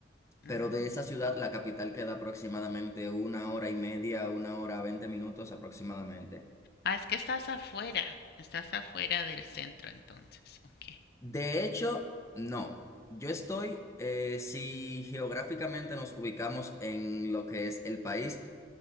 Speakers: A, on the left (about 55°); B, on the left (about 15°).
A: mm.
B: Pero de esa ciudad, la capital queda aproximadamente una hora y media, una hora, veinte minutos aproximadamente.
A: Ah, es que estás afuera, estás afuera del centro entonces, ok.
B: De hecho, no. Yo estoy, eh, si geográficamente nos ubicamos en lo que es el país,